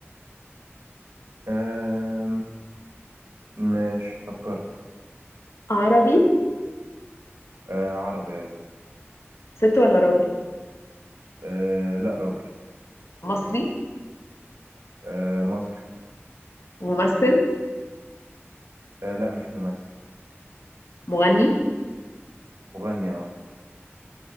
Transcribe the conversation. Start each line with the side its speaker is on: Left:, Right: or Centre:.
Right: آه ماشي فكرت
Left: عربي
Right: آه عربي أيوه
Left: ست ولا راجل
Right: آه لا راجل
Left: مصري
Right: آه مصري
Left: ممثل
Right: آه لا مش ممثل
Left: مغني
Right: مغني اه